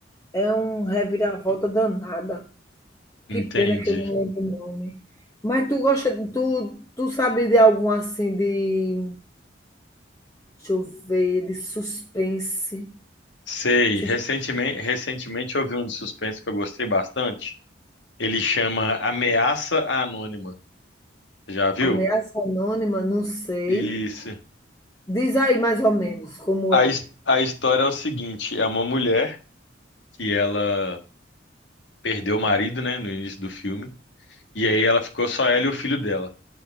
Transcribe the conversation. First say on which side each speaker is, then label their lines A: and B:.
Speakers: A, on the left (about 15°); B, on the left (about 70°).
A: É um reviravolta danada.
B: entendi.
A: Que pena que eu não lembro o nome. Mas tu gosta, tu, tu sabe de algum assim de, deixa eu ver, de suspense,
B: Sei,
A: Sus-
B: recentemente, recentemente eu vi um de suspense que eu gostei bastante. Ele chama Ameaça Anônima. Já viu?
A: ameaça anônima, não sei.
B: Isso.
A: Diz aí mais ou menos como
B: A,
A: é.
B: his- a história é o seguinte: é uma mulher que ela perdeu o marido, né, no início do filme, e aí ela ficou só ela e o filho dela.